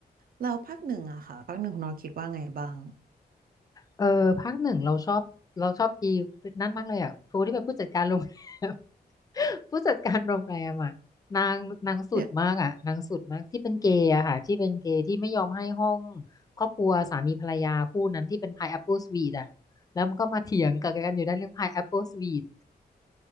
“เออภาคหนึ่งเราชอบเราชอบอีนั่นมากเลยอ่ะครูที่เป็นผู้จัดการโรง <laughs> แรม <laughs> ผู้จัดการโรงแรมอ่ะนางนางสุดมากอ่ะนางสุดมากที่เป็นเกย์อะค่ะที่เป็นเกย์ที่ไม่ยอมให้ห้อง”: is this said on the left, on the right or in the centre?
Left